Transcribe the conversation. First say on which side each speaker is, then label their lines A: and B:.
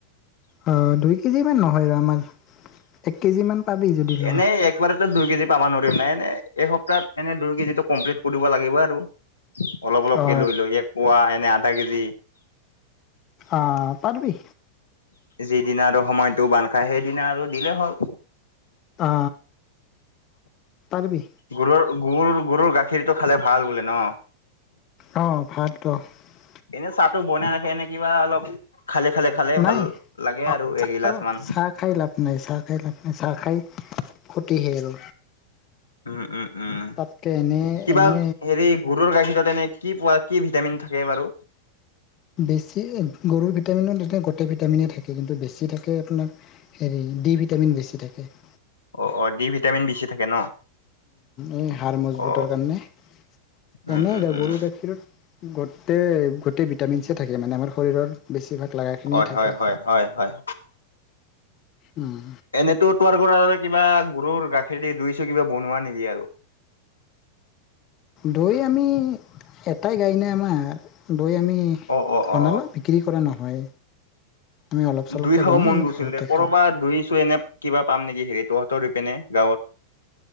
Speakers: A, on the left (about 35°); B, on the left (about 75°).
A: অ দুই কেজিমান নহয় আমাৰ এক কেজি মান পাবি যদি লোৱা
B: এনেই একবাৰেত দুই কেজি পাব ন নাই এ এসপ্তাহত এনে দুই কেজি টো কমল্পিত কৰিব লাগিব আৰু অলপ অলপকে
A: অ
B: লৈ লৈ এক পোৱা এনে আধা কেজি
A: অ পাৰবি
B: যিদিনা আৰু সময়তটো বান্ধ খাই সেইদিনা আৰু দিলেই হ'ল
A: অ পাৰিবি
B: গৰুৰ গুৰ গৰুৰ গাখীৰটো খালে ভাল বোলে ন
A: অ <unintelligible>
B: এনেই চাহটো বনাই ৰাখে নে কিবা অলপ খালে খালে খালে
A: নাই
B: ভাল লাগে আৰু
A: চাহ
B: এগিলাচ মান
A: চাহ খাই লাভ নাই চাহ খাই লাভ নাই চাহ খাই ফুৰ্ত হে আৰু
B: উম উম উম
A: তাতকে এনে
B: কিবা
A: এনে
B: হেৰি গৰুৰ গাখীৰ এনে কি পোৱা কি ভিটামিন থাকে বাৰু
A: বেছি গৰুৰ ভিটামিনত তে গোটেই ভিটামিনে থাকে কিন্তু বেছি থাকে আপোনাৰ হেৰি ডি ভিটামিন বেছি থাকে। <inaudible>
B: অ-অ দি ভিটামিন বেচি থাকে ন।
A: এই হাৰ মজবুতৰ
B: অ
A: কাৰণ <unintelligible> তেনে
B: উম উম
A: গৰুৰ
B: উম
A: গাখীৰত গোটেই-গোটেই ভিটামিন চেই থাকে মানে আমাৰ শৰীৰৰ বেছিভাগ লগাখিনিয়ে
B: হয়
A: থাকে
B: হয় হয় হয় হয়
A: উম,
B: এনেতো তোৰ পৰা আৰু কিবা গৰুৰ গাখীৰ খেতি দুইছো কিবা বনোৱা নেকি আৰু
A: দৈ আমি এটাই গাই ন আমাৰ দৈ আমি
B: অ অ অ
A: বনালোঁ বিক্ৰী কৰা নহয় আমি অলপ চলপকৈ
B: দৈ খাব
A: বনাওঁ
B: মন
A: আমি
B: গৈছিল
A: ঘৰতে
B: দে কৰ'বাত
A: খাওঁ
B: দৈ চো এনে কিবা পাম নেকি হেৰি তহঁতৰ পিনে গাঁৱত